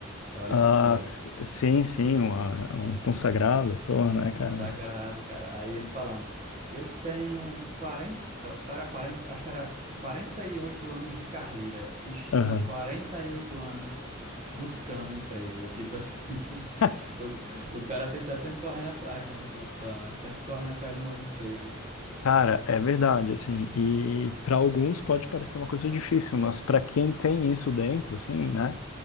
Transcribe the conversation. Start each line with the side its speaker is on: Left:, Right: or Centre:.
Right: É o Ari
Left: Ah,
Right: Fontoura.
Left: s- sim, sim, uma- um consagrado ator, né,
Right: Consagrado,
Left: cara? né?
Right: cara. Aí ele falando: Eu tenho 40, eu- Era 40, acho que era 48 anos de carreira. Estou
Left: Aham.
Right: há 48 anos buscando emprego. Tipo assim. <laughs>
Left: <laughs>
Right: O, o cara tem que estar sempre correndo atrás nessa profissão, né? Sempre correndo atrás de um novo emprego.
Left: Cara, é verdade, assim, e para alguns pode parecer uma coisa difícil, mas para quem tem isso dentro, assim, né,